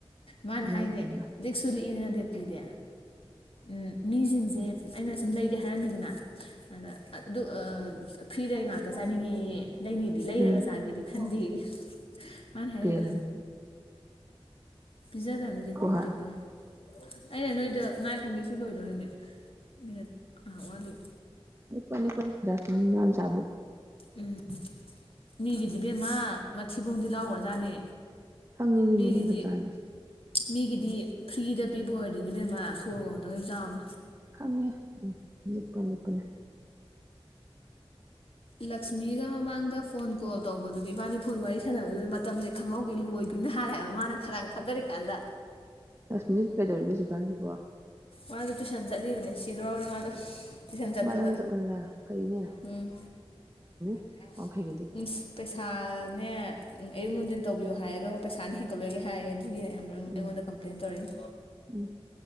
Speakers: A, on the left (about 65°); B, on the right (about 25°).
A: ꯃꯥꯅ
B: ꯏꯃꯥꯏ
A: ꯍꯥꯏꯅꯦ
B: ꯄꯦꯝꯃ
A: ꯂꯤꯛꯁꯨ ꯂꯤꯛꯏꯗꯅ ꯗꯦꯞꯇꯤꯗꯦ ꯎꯝ ꯃꯤꯖꯤꯡꯖꯦ ꯑꯩꯅ ꯁꯨꯝ ꯂꯩꯒꯦ ꯍꯥꯏꯔꯝꯃꯤꯗꯅ ꯑꯗ ꯑꯗꯨ ꯑꯥ ꯐ꯭ꯔꯤꯗ
B: ꯇꯧꯕꯤꯔꯣ
A: ꯉꯥꯛꯇ ꯆꯥꯅꯤꯡꯉꯤꯌꯦ
B: ꯑꯗꯨꯃꯥꯏꯅ
A: ꯂꯩꯅꯤꯗꯤ
B: ꯇꯧꯕꯤꯔꯁꯦ
A: ꯂꯩꯔꯒ ꯆꯥꯒꯦꯗꯤ
B: ꯅꯤꯅꯀꯣ
A: ꯈꯟꯗꯦ ꯌꯦ ꯃꯥꯅ ꯍꯥꯏꯔꯩꯕ꯫
B: ꯄꯦꯜꯂꯝꯅꯤ
A: ꯄꯤꯖꯥꯗꯝꯅꯤ <unintelligible>
B: ꯍꯣꯏ ꯍꯣꯏ
A: ꯂꯤꯛꯄ ꯑꯩꯅ ꯅꯣꯏꯗ ꯉꯥꯏꯈꯣꯃꯤꯁꯤ ꯂꯣꯏꯗꯣꯔꯦꯃꯤ ꯃꯤꯅꯤꯠ ꯉꯥꯍꯥꯛ ꯋꯥꯠꯂꯤ꯫
B: ꯂꯥꯛꯄꯅꯤ ꯂꯤꯛꯄꯅꯤ <unintelligible>
A: ꯎꯝ ꯃꯤꯒꯤꯗꯤ ꯕꯦꯝꯃ ꯃꯊꯤꯕꯣꯡꯗꯤ ꯂꯥꯎꯒ꯭ꯔꯖꯥꯠꯅꯦ꯫
B: ꯈꯪꯉꯤ ꯃꯤ
A: ꯃꯤꯒꯤꯗꯤ
B: ꯃꯒꯨꯟ ꯆꯞ ꯆꯥꯅ꯫
A: ꯃꯤꯒꯤꯗꯤ ꯐ꯭ꯔꯤꯗ ꯄꯤꯕ ꯑꯣꯏꯔꯗꯤꯅꯦ ꯏꯕꯦꯝꯃ ꯁꯣꯔꯒ ꯍꯣꯟꯗꯒꯩ ꯆꯥꯕꯅꯤ꯫
B: ꯈꯪꯉꯦ ꯑꯗꯨꯝ ꯂꯤꯛꯄ ꯂꯤꯛꯄꯅꯦ꯫
A: ꯂꯛꯁꯃꯤꯒ ꯃꯃꯥꯡꯗ ꯐꯣꯟ ꯀꯣꯜ ꯇꯧꯕꯗꯨꯗꯤ ꯏꯕꯥꯅꯤ ꯐꯣꯟ ꯋꯥꯔꯤ ꯁꯥꯟꯅꯕꯗꯨ ꯃꯇꯝꯁꯦ ꯈꯪꯍꯧꯒꯦ ꯂꯣꯏꯒꯤꯝꯅ ꯍꯥꯜꯂꯦ ꯍꯥꯏꯕ ꯃꯥꯅ ꯈꯗꯥꯡ ꯊꯥꯗꯔꯤꯀꯥꯟꯗ꯫
B: ꯂꯛꯁꯃꯤ ꯀꯩꯗꯧꯔꯤꯒꯦ ꯍꯧꯖꯤꯛꯀꯥꯟꯖꯤꯕꯣ?
A: ꯃꯥꯗꯣ ꯇꯨꯏꯁꯟ ꯆꯠꯂꯤꯕꯅꯦ ꯁꯤꯗꯣꯔꯕꯅꯦ ꯃꯥꯗꯣ꯫ ꯇꯨꯏꯁꯟ ꯆꯠꯄꯗ
B: ꯃꯥ ꯅꯪꯅ ꯆꯠꯂꯨꯅꯗ ꯐꯩꯅꯦ
A: ꯎꯝ
B: <unintelligible>
A: <unintelligible>
B: ꯋꯥꯡꯈꯩꯒꯤꯗꯤ
A: ꯄꯩꯁꯥꯅꯦ ꯑꯌꯨꯛ ꯅꯨꯡꯗꯤꯟ ꯇꯧꯕꯤꯌꯨ ꯍꯥꯏ ꯑꯗꯨꯒ ꯄꯩꯁꯥꯅ ꯍꯦꯟꯀꯠꯂꯣꯏꯒꯦ ꯍꯥꯏꯌꯦ꯫ <unintelligible> ꯑꯩꯉꯣꯟꯗ
B: ꯎꯝ
A: ꯀꯝꯄ꯭ꯂꯦꯟ ꯇꯧꯔꯛꯏ
B: ꯎꯝ